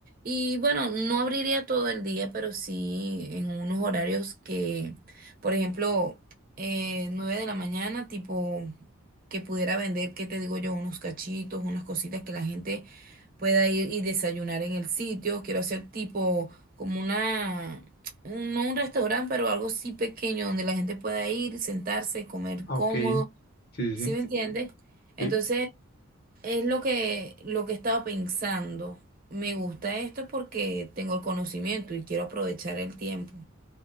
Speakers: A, on the right (about 40°); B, on the left (about 45°).
A: y bueno, no abriría todo el día, pero sí en unos horarios que, por ejemplo, eh, 9 de la mañana, tipo que pudiera vender, ¿qué te digo yo? Unos cachitos, unas cositas que la gente pueda ir y desayunar en el sitio. Quiero hacer tipo como una, un- no un restaurante, pero algo sí pequeño donde la gente pueda ir, sentarse, comer
B: Ah,
A: cómodo,
B: ok. Sí,
A: ¿sí
B: sí, sí.
A: me entiendes? Entonces,
B: Sí.
A: es lo que, lo que estaba pensando. Me gusta esto porque tengo el conocimiento y quiero aprovechar el tiempo.